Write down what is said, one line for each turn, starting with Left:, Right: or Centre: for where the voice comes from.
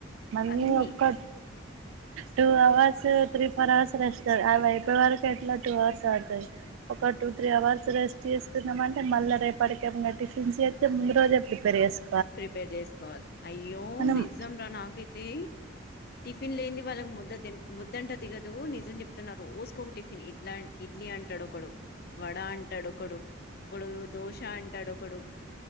Right: మళీ
Left: అన్ని
Right: ఒక్క two hours three four hours ెస్ట్ వైపు వరకు ఎట్లా టూ అవర్స్ ఆడతాయి ఒక టూ త్రీ అవర్స్ రెస్ట్ చేస్తున్నాంమని ే మళ్ళీ రేపటిక ఏమైన్నా టిఫన్స్ అయితే ముందు రోజే ప్రిపేర్ చేసుాను
Left: ప్రిపేర్ చేసుకోవాలి అయ్యో
Right: మనం
Left: నిజం రా నాకైతే ఫ ి లేంది వాళ్ళ ముద్ద ముద్దంట దిగదు నిజం చెప్తున్నా రోజుక ఒక టిఫిన్ ఇడ్లా ఇడ్లీ అంటాడు ఒకడు వడ అంటాడు ఒకడు ఇప్పుడు దోశ అంటాడు ఒకడు